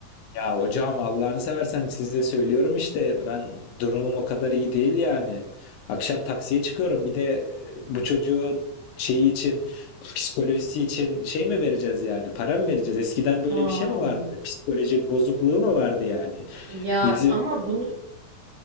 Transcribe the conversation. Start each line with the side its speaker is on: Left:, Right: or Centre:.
Left: Ya hocam Allah'ını seversen size söylüyorum işte ben durumum o kadar iyi değil yani. Akşam taksiye çıkıyorum bir de e, bu çocuğun şeyi için psikolojisi için şey mi vereceğiz yani para mı vereceğiz? Eskiden böyle
Right: Aa,
Left: bir şey mi vardı? Psikoloji bozukluğu mu vardı yani?
Right: ya
Left: Bizim
Right: ama bunu